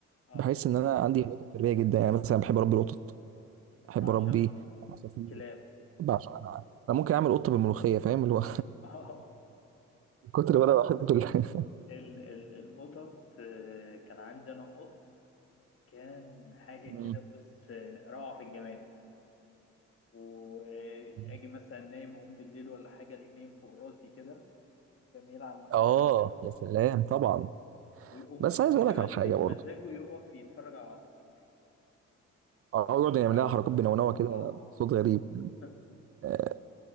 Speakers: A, on the left; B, on the right.
A: اه
B: بحس ان انا عندي هوايات التربيه جدا يعني مثلا بحب اربي القطط
A: بعشقه
B: بحب اربي عصافير
A: كلاب
B: بعشق انا انا ممكن اعمل قطه بالملوخيه فاهم اللي هو
A: <laughs> اه
B: <laughs> من كتر ما انا بحب ال...
A: ال ال القطط آه، كان عندي انا قط كان حاجة
B: <laughs>
A: كده بص آه، روعة في الجمال واجي
B: مم.
A: مثلا نايم اقوم بالليل ولا حاجه الاقيه نايم فوق راسي كده جميل على المخده
B: اه
A: كان
B: يا سلام طبعا
A: ويقوم
B: بس
A: الصبح
B: عايز اقول لك
A: بدري
B: على حاجه
A: مزاجه
B: برضه
A: يقف يتفرج على العصافير
B: اقعد يعمل
A: اه
B: لها حركات بنونوه كده
A: اه
B: بصوت غريب
A: <laughs>
B: أه